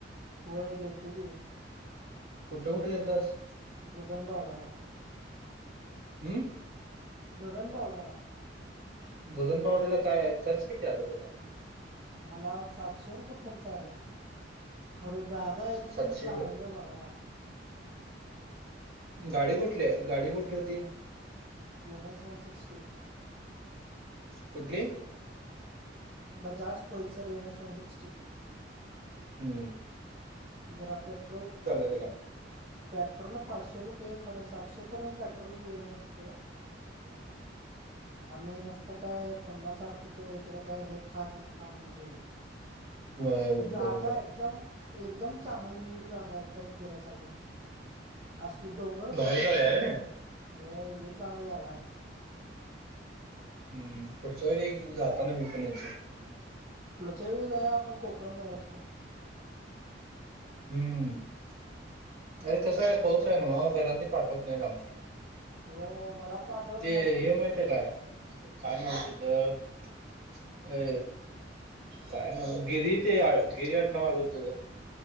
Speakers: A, on the right (about 30°); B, on the right (about 60°).
A: व्हय गेल तो की.
B: कुठं कुठं गेलतास.
A: गगनबावड्याला.
B: हू!
A: गगनबावड्याला.
B: गगनबावड्याला काय आहे, खर्च किती आला तुला?
A: मला सातशे रुपये खर्च आला. खरं जागा एकदम
B: सातशे
A: चांगली आहे बघायला.
B: गाडी कुठलीयं आहे, गाडी कुठली होती?
A: N S one sixty.
B: कुठंली?
A: Bajaj Pulsar N S one sixty.
B: हू!
A: जरा पेट्रोल.
B: त्याला
A: पेट्रोल ला पाचशे रुपये खरं सातशे पर्यंत पेट्रोलच गेलं नुसतं.
B: <inaudible>
A: आणि नुसतं काय पन्नास साठ रुपये इकडं काय हे खा ते खा म्हणून गेले.
B: ब
A: जागा
B: बरोबर आहे
A: एकदम. एकदम चांगली नीट जागा एकदम फिरायसाठी. असली डोंगरच
B: बाहेर
A: दिसते
B: गाडी
A: तिकडनं
B: आहे होय?
A: व्हय लयं चांगली जागा हाय.
B: हू पुढच्या वेळी जातांना मी पण येतो.
A: पुढच्या वेळी जाऊं या आपण कोकण डायरेक्ट.
B: हू अरे
A: कोकण
B: कसां हे पाऊस. कसंय नव्ह घरातली पाठवत नाहीतं आमच्या.
A: व्हयं मला पाठवण
B: ते
A: झालतीत
B: ये
A: मी
B: माहित काय, काय नाव तीच? अ काय नाव गिरी ते या गिरीयात नाव बोलते बघ.